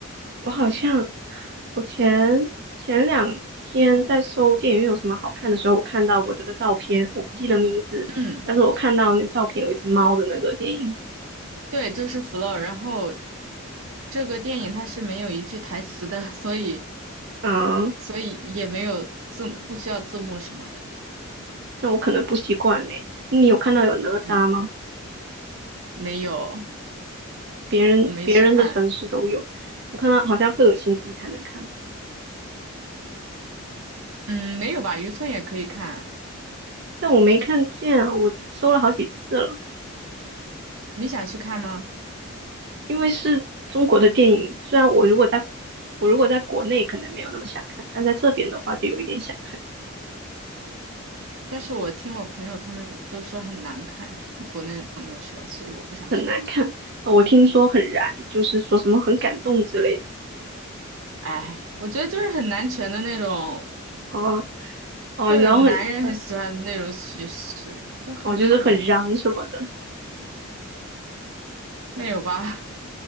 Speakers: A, on the right; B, on the right.
A: 我好像我前前两天在搜电影院有什么好看的时候，我看到过这个照片，我不记得名字，
B: 嗯，
A: 但是我看到那个照片有一只猫的那个电影，
B: 对，就是《Flow》，然后这个电影它是没有一句台词的，所以
A: 啊，
B: 所以也没有字，不需要字幕什么的。
A: 那我可能不习惯嘞。你有看到有哪吒吗？
B: 嗯，没有。
A: 别人别人的城市都有。
B: 我没去看，
A: 我看到好像赫尔辛基才能看吧，
B: 嗯，没有吧？渔村也可以看，
A: 但我没看见啊，我搜了好几次了，
B: 你想去看吗？
A: 因为是中国的电影，虽然我如果在我如果在国内可能没有那么想看，但在这边的话就有一点想看，
B: 但是我听我朋友他们都说很难看，国内的朋友说，所以我不想去看。
A: 很难看。呃我听说很燃，就是说什么很感动之类的，
B: 哎，我觉得就是很男权的那种，
A: 哦、哦、
B: 就是男人很喜欢的那种叙事，
A: 然后很很
B: 就很讨厌的，
A: 哦，就是很燃什么的。
B: 没有吧？